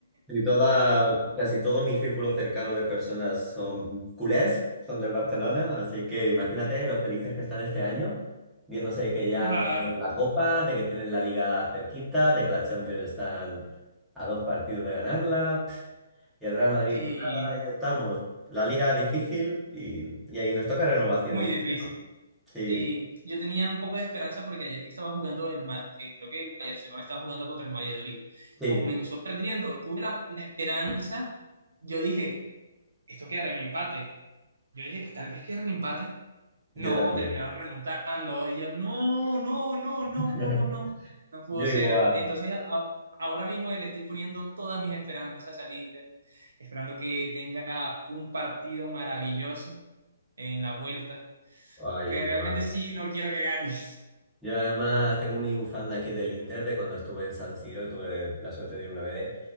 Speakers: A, in the centre; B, on the right (about 65°).
A: Y toda, casi todo mi círculo cercano de personas son culés, son del Barcelona, así que imagínate lo felices que están este año, viéndose que ya
B: <laughs> ah,
A: han ganado la Copa, de que tienen la Liga cerquita, de que la Champions están a dos partidos de ganarla, pf, y el Real Madrid,
B: sí,
A: pues nada, ya estamos. La Liga difícil y, y ahí nos toca renovación
B: muy
A: este
B: difícil.
A: año. Sí,
B: Sí, yo tenía un poco de esperanza porque ayer que estaba jugando el Ma- que creo que el Barcelona estaba jugando contra el Valladolid,
A: sí,
B: comenzó perdiendo. Tuve la, la esperanza, yo dije, esto quedará en empate. Yo dije, tal vez quedará en empate.
A: yo
B: No,
A: también.
B: terminaron remontando. Y yo, no, no, no,
A: <laughs>
B: no, no, no. No pudo
A: Yo
B: ser.
A: igual.
B: Entonces, a- ahora mismo le estoy poniendo todas mis esperanzas al Inter, esperando que tenga un partido maravilloso en la vuelta,
A: Ay,
B: porque
A: igual.
B: realmente sí, no quiero que gane. <laughs>
A: Yo además tengo mi bufanda aquí del Inter de cuando estuve en San Siro, tuve la suerte de ir una vez.